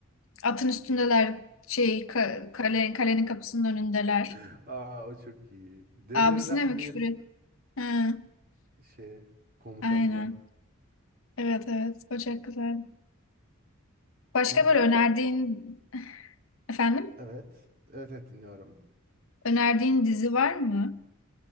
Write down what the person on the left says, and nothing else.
atın üstündeler şey ka- kale, kalenin kapısının önündeler.
Abisine mi
küfür et? Ha,
aynen. Evet evet o çok güzel. Başka
böyle önerdiğin
efendim
önerdiğin dizi var mı?